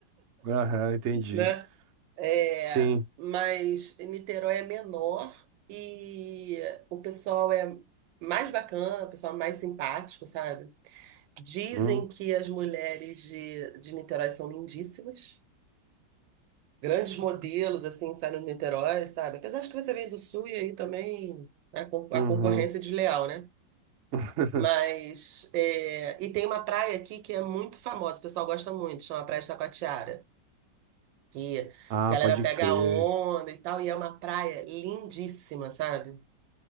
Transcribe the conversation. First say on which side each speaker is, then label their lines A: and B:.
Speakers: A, on the right; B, on the right.
A: Aham, entendi.
B: <laughs> né? É,
A: Sim.
B: mas Niterói é menor e o pessoal é mais bacana, o pessoal é mais simpático, sabe? Dizem
A: Hum,
B: que as mulheres de, de Niterói são lindíssimas. grandes modelos assim saindo de Niterói, sabe? Apesar de que você vem do Sul e aí também a, con-
A: Uhum.
B: a concorrência é desleal, né?
A: <laughs>
B: Mas é, e tem uma praia aqui que é muito famosa, o pessoal gosta muito, chama Praia de Taquatiara, que a
A: Ah,
B: galera
A: pode
B: pega
A: crer.
B: a onda e tal, e é uma praia lindíssima, sabe?